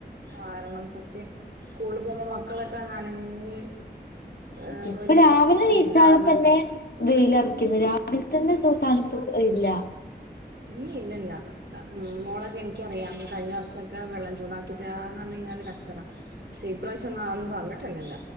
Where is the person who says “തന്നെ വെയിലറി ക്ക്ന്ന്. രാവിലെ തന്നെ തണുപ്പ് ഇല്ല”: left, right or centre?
Left